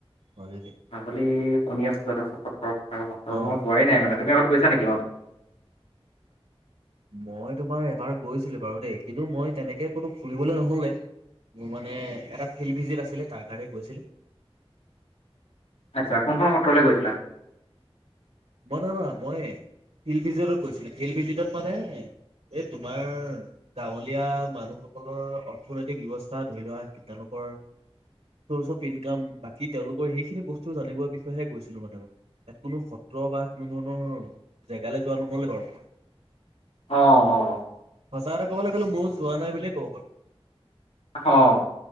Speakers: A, on the right; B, on the left.
A: মাজুলী
B: আবেলি শুনি আছো, দাদা সত্ৰৰ সত্ৰ
A: অ
B: মই যোৱাই নাই মানে তুমি আগত গৈছা নেকি মাজুল
A: মই তোমাৰ এবাৰ গৈছিলো বাৰু দেই, কিন্তু মই তেনেকে ক'তো ফুৰিবলে নহ'লেই মোৰ মানে এটা ফিল্ড ভিজিট আছিলে তাৰ কাৰণে গৈছিলো।
B: আচ্ছা কোনখন সত্ৰলে গৈছিলা?
A: মই নহয় নহ মই ফিল ভিজিত গৈছিলো, ফিল ভিজিতত মানে এই তোমাৰ গাঁৱলীয়া মানুহসকলৰ অৰ্থনৈতিক ব্যৱস্থা ধৰি লোৱা তেওঁলোকৰ চ'ৰ্চ অফ ইনকাম, বাকী তেওঁলোকৰ সেইখিনি বস্তু জানিবৰ বিষয়েহে গৈছিলোঁ মানে মই ইয়াত কোনো সত্ৰ বা কোনো ধৰণৰ জেগালে যোৱা নহ'লে বাৰু
B: অ' অ'
A: সঁচা এটা ক'বলে গ'লো ময়ো যোৱা নাই বুলিয়ে ক'ব পাৰো।
B: অ'